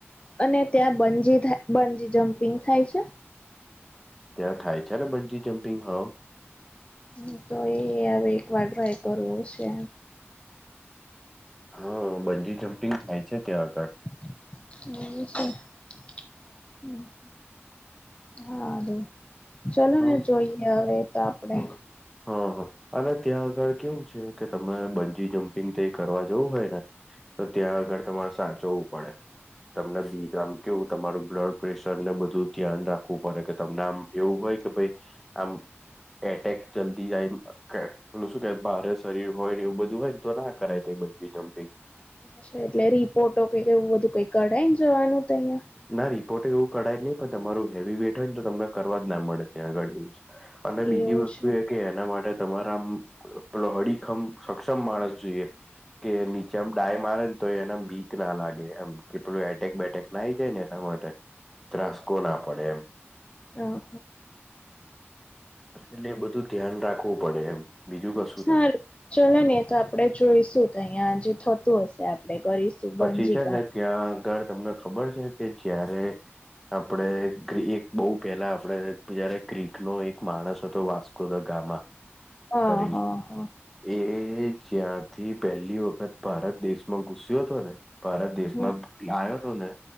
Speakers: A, on the left; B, in the centre.
A: અને ત્યાં બંજી થાય બંજી જમ્પિંગ થાય છે?
B: ત્યાં થાાય છે ને બજી જમ્પિંગ હા
A: હ તો એ હવે એક વાર ટ્રાય કરવો છે.
B: હા બંજી જમ્પિંગ થાય છે ત્યાં આગળ
A: હમ્મ <inaudible> હારું ચલો
B: હા
A: ને જોઈએ હવે તો આપડે
B: હા હા. અને ત્યાં આગળ કેવું છે કે તમે બંજી જમ્પિંગ તે એ કરવા જવું હોય ને તો ત્યાં આગળ તમારે સાચવું પડે. તમને બી આમ કેવું તમારું બ્લડ પ્રેશર ને બધું ધ્યાન રાખવું પડે કે તમને આમ એવું હોય કે ભાઈ આમ એટેક જલ્દી જાય કે પેલું શું કે ભારે શરીર હોય ને એવું બધું હોય ને તો ના કરાય બંજી જમ્પિંગ
A: છે એટલે રિપોર્ટો કઈ એવું બધું કઈ કઢાયને જવાનું તો અહિયા
B: ના રિપોર્ટ એવું કઢાય જ નહી પણ તમારું હેવી વેટ હોય ને તો તમને કરવા જ ના મળડે ત્યાં આગળ એવું છે. અને બીજી
A: એવું
B: વસ્તુ
A: છે હા
B: એ કે એના માટે તમારા આમ પેલો અડીખમ સક્ષમ માણસ જોઈએ. કે નીચેમ ડાય મારે ને તો એના બીક ના લાગે એમ કે પેલું એટેક બેટેક નાઈ જાય ને એના માટે ત્રાસ કો ના પડે એમ
A: આમ
B: એટલે એ બધું ધ્યાન રાખવું પડે એમ બીજું કશું
A: હા
B: નહી.
A: ચલો ને તો આપડે જોઈશું તો અહિયાં જે થતું હશે આપડે કરીશું
B: પછી
A: બંજીકા
B: છે ને ત્યાં આગળ તમને ખબર છે કે જયારે આપણે એક બહુ પેલા આપડે જયારે ગ્રીક નો એક માણસ હતો વાસ્ કોદ ગામાં
A: હા
B: કરીને
A: હા હા
B: એ જ્યાંથી પહેલી વખત ભારત દેશમાં ઘુસ્યો હતો ને ભારત દેશમાં
A: હમ
B: આયો હતો ને